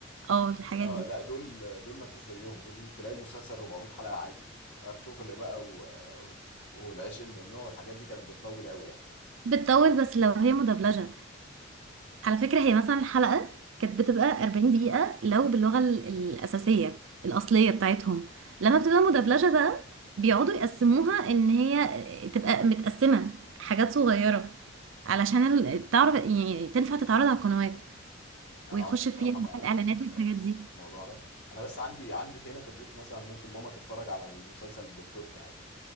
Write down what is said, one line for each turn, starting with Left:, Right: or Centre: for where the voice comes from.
Right: اه الحاجات
Left: اه
Right: دي
Left: لا دول دول ما فيش زيهم دول تلاقي المسلسل 400 حلقة عادي ارطغرل بقى و... والعشق الممنوع والحاجات دي كانت بتطول قوي يعني
Right: بتطول بس لو هي مدبلجه على فكره هي مثلا الحلقه كانت بتبقى 40 دقيقه لو باللغه ال- الاساسيه الاصليه بتاعتهم لما بتبقى مدبلجه بقى بيقعدوا يقسموها ان هي تبقى متقسمه حاجات صغيره علشان ال- تعرف يعني تنفع تتعرض على القنوات
Left: انا
Right: ويخش
Left: عمري بصراحة
Right: فيها
Left: ما
Right: بقى الاعلانات
Left: ما
Right: والحاجات
Left: ركزت
Right: دي
Left: في الموضوع ده انا بس عندي عندي هنا في البيت مثلا ممكن ماما تتفرج على المسلسل بالتركي عادي